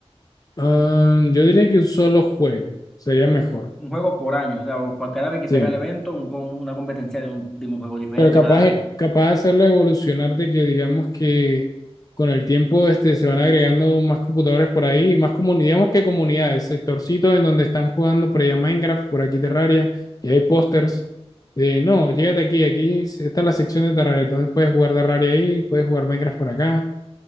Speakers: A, on the left; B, in the centre.
A: Ah, yo diría que un solo juego sería
B: Juego-
A: mejor,
B: Un juego por año, o sea, o para cada vez que
A: sí.
B: se haga el evento, un, con una competencia de un, de un juego diferente
A: Pero capaz,
B: cada vez.
A: capaz de hacerlo evolucionar de que digamos que con el tiempo este, se van agregando más computadores por ahí, más comunidades, digamos que comunidades, sectorcitos en donde están jugando por allá Minecraft, por aquí Terraria, y hay pósters de, no, llégate aquí, aquí está la sección de Terraria, entonces puedes jugar Terraria ahí, puedes jugar Minecraft por acá.